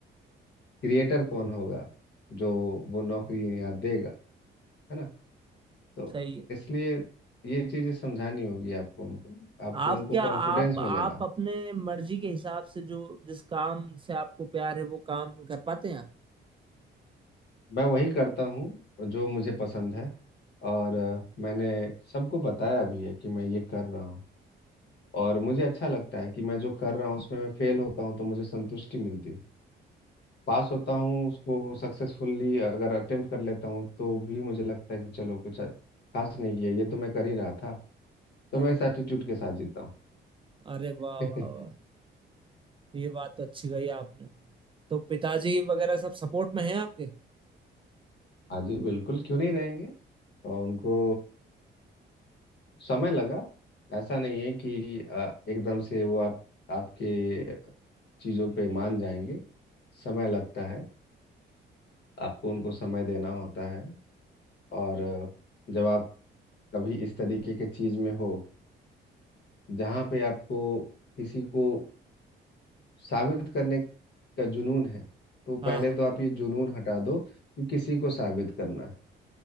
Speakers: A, on the left (about 60°); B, on the right (about 25°).
A: क्रिएटर कौन होगा जो वो नौकरी यहाँ देगा है ना तो
B: सही है
A: इसलिए ये चीज़ें समझानी होगी आपको उनको आपको
B: आप
A: उनको
B: क्या
A: कॉन्फिडेंस
B: आप आप
A: में लेना हो
B: अपने मर्जी के हिसाब से जो जिस काम से आपको प्यार है वो काम कर पाते हैं आप
A: मैं वही करता हूँ जो मुझे पसंद है और अ, मैंने सबको बताया भी है कि मैं ये कर रहा हूँ और मुझे अच्छा लगता है कि मैं जो कर रहा हूँ उसमें मैं फेल होता हूँ तो मुझे संतुष्टि मिलती है पास होता हूँ उसको सक्सेसफुली अगर अटेम्प्ट कर लेता हूँ तो भी मुझे लगता है कि चलो कुछ अच्छा खास नहीं किया ये तो मैं कर ही रहा था तो
B: हाँ
A: मैं
B: हाँ
A: इस एटीट्यूड के साथ जीता हूँ
B: अरे वाह
A: <laughs>
B: वाह वाह ये बात तो अच्छी कही आपने तो पिताजी वगैरह सब सपोर्ट में हैं आपके
A: हाँ जी बिल्कुल क्यों नहीं रहेंगे और उनको समय लगा ऐसा नहीं है कि अ, एकदम से वो आप आपके चीज़ों पे मान जाएंगे समय लगता है आपको उनको समय देना होता है और अ, जब आप कभी इस तरीके के चीज़ में हो जहाँ पे आपको किसी को साबित करने का जुनून है तो
B: हाँ
A: पहले
B: हाँ
A: तो आप ये जुनून हटा दो कि किसी को साबित करना है